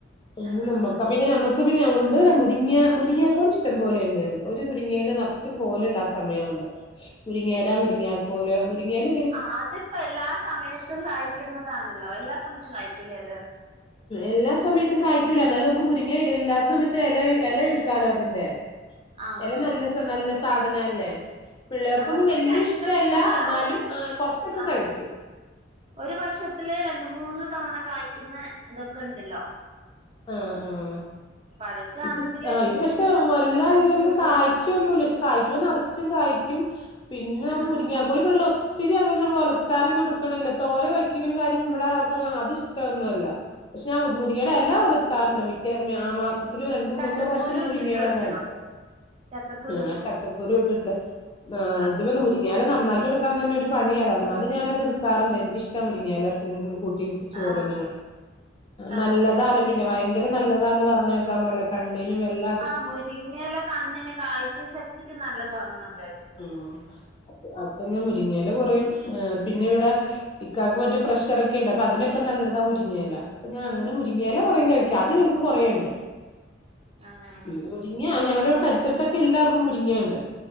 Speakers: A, on the left; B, on the right.
A: ഒന്ന്
B: ആഹ്
A: നമ്മക്ക പിന്നെ നമക്ക് ക്ക് പിന്നെ ഉണ്ട് മുരിങ്ങ മുരിങ്യാക്കോൽ ഇഷ്ടം പോലെയണ്ട് ഞങ്ങക്ക് ഒരു മുരിങ്ങയല് നർച്ചും കോല്ടാ സമയാവുമ്പ മുരിങ്ങയലാ മുരിങ്ങിയക്കോല് മുരിങ്ങിയല
B: ആ അത്പ്പോ എല്ലാ സമയത്തും കായ്ക്കുന്നതാണല്ലോ എല്ലാ സമയത്തും കായ്ക്കല്ലെ അത്
A: എല്ലാ സമയത്തും കായ്ക്കൂല ന്നാലും നമുക്ക് മുരിങ്ങ ഇല്ലാത്ത സമയത്തും എല എല എടുക്കാലോ അതിന്റെ
B: ആഹ്
A: എല നല്ല നല്ല സാധനല്ലേ പിള്ളേർക്കൊന്നും
B: ആഹ് ഇവിടെ
A: വല്ല്യ
B: രണ്ട്
A: ഇഷ്ടല്ല
B: മൂന്ന്
A: ന്നാലും
B: ഒരു
A: അ കുറച്ചൊക്കെ
B: ആഹ്
A: കഴിക്കും
B: ഒരു വർഷത്തില് രണ്ട് മൂന്ന് തവണ കായ്ക്കുന്ന ഇതൊക്കെ ഇണ്ടല്ലോ
A: ആഹ് ആഹ്
B: അതൊക്കെ
A: ഇത്
B: ആണെങ്കില്
A: ഇത് പക്ഷെ
B: നമുക്ക്
A: വല്ലാ
B: അത്യാവശ്യം
A: ഇതെങ്കിലും കായ് ക്യോന്നൂല്ല പക്ഷെ കായ്ക്കുനറച്ചും കായ്ക്യും പിന്നെ ന
B: ആഹ്
A: മുരിങ്ങ ഒരു കൊരുള് ഒത്തിരി അങ്ങനെ നമ്മള് ഒലത്താനൊന്നും എടുക്ക്ണില്ല തോരൻ വെക്കിങ്കില് കാര്യം ഇവിടെ ആറ്ക്ക്ണൊ അതിഷ് ച്ചൊന്നുല്ല പക്ഷെ ഞാൻ മുരിങ്ങിയടെ
B: ഓ
A: എല ഒലത്താറുണ്ട് മിക്ക മ്യാ മാസ് ത്തില് രണ്ട്
B: ചക്കക്കുരു
A: മൂന്നു പ്രവിശം മുരിങ്ങിയടല
B: ഇട്ടിട്ട് വെക്കണം
A: ഒലത്തും
B: ചക്കക്കുരു
A: ഉം ആ ചക്കക്കുരു ഇട്ടിട്ട് ആ
B: ആഹ്
A: ഇതിമ്മന്ന് മുരി ങ്ങല നന്നാക്കിടുക്കാന്നന്നെ ഒരു പണിയാ എന്നാലും ഞാനത് എടുക്കാറുണ്ട് എനിക്ക്ഷ്ടാ മുരിങ്ങിയല തിന്ന് ക്കൂട്ടിൻക് ചോറ്ങ്ങ്ണ്
B: ആഹ് ആഹ്
A: നല്ലതാല്ലെ പിന്നെ ഭയങ്കര നല്ലതാന്ന് പറഞ്ഞെക്കാ പാട കണ്ണിനു വെല്ല
B: ആഹ് മുരിങ്ങയില കണ്ണിന് കാഴ്ച ശക്തിക്ക് നല്ലതാന്ന കേ
A: ഉം അപ്പൊ ഞാൻ മുരിങ്ങില കുറേം പിന്നെ ഇവിടെ ഇക്കാക്ക് മറ്റ പ്രഷറൊക്കെണ്ട് അപ്പ അതിനൊക്കെ നല്ലതാ മുരിങ്ങയല ഇപ്പ ഞാൻ അങ്ങനെ മുരിങ്ങയല വെ <unintelligible> കഴിക്കാ അത് ഞങ്ങക്ക് കുറേണ്ട്
B: ആഹ്
A: ഉം മുരിങ്ങ ഞങ്ങടെ ഇവിടെ പരിസരത്തൊക്കെ എല്ലാർക്കും മുരിങ്ങയണ്ട്